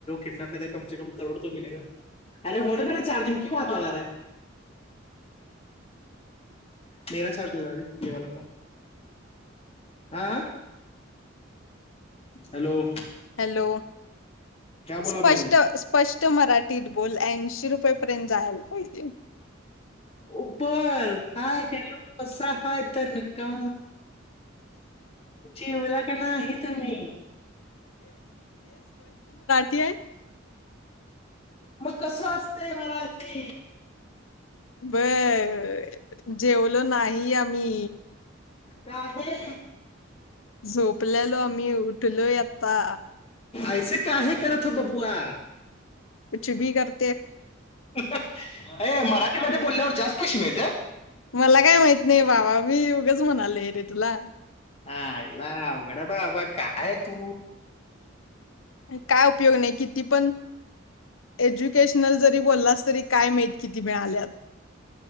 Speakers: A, on the left; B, on the left.
A: कडनप कम कम करोड अरे हो चजिंगनै म चार्ज लग फोन. हा हॅलो.
B: हॅलो
A: बोला
B: स्पष्ट
A: मैंने
B: स्पष्ट मराठी. नीट बोल ऐंशी रुपये पर्यंत जायला पाहिजे.
A: उपर. हाय हॅलो बसा हाय का जेवला का नाही तुम्ही
B: त <inaudible>
A: मग कसं असतंय मराठी
B: बर जेवलो नाही आम्ही
A: का आहे
B: झोपलेलो आम्ही उठलोय आता
A: ऐसं काय आहे करत उठो पबूवा
B: कुछ बी करत
A: अ मराठीमध्ये बोलल्यावर जास्त पैशे मिलत्यात
B: मला काय माहित नाही बाबा मी उगंच म्हणालोय रे तुला
A: हा आईला अवघड बाबा कायय तू
B: काय उपयोग नाही किती पण एज्युकेशनल जरी बोललास तरी काय माहित किती मिळाल्यात